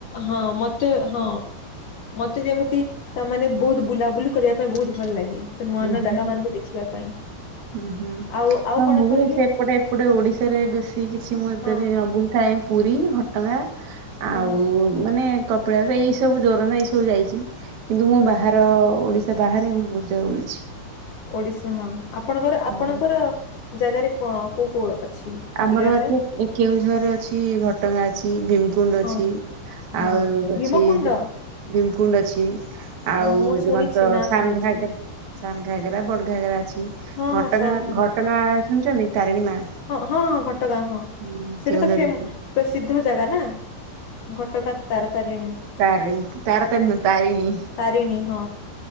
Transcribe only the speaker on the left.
ହଁ ମତେ ହଁ। ମତେ ଯେମିତି ତା ମାନେ ବହୁତ ବୁଲାବୁଲି କରିଆ ପାଇଁ ବହୁତ ଭଲ ଲାଗେ। ତ ନୂଆ
ନୂଆ
ଜାଗା ମାନଙ୍କୁ ଦେଖିବା ପାଇଁ।
ଆଉ ଆଉ
କଣ
କହିଲେ
ହଁ
ହଁ
ହୁଁ।
ଓଡିଶା ହଁ ଆପଣଙ୍କର
ଆପଣଙ୍କର ଜାଗାରେ କୋ କୋଉ କୋଉ ଅଛି?
ବୁଲିବା
ପାଇଁ
ହଁ
ହଁ
ଭୀମକୁୁଣ୍ଡ
ଓହୋ ମୁଁ ଶୁଣିଛି
ନା
ଶୁଣିଛି
ହଁ
ହଁ ସାନ
ଅ ହଁ ହଁ ଘଟଗାଁ ହଁ
ସେଇଟା
ତ ଫେମ
ପସିଦ୍ଧ ଜାଗା ନା। ଘଟଗାଁ ତାରା ତାରିଣୀ।
ତାରିଣୀ ହଁ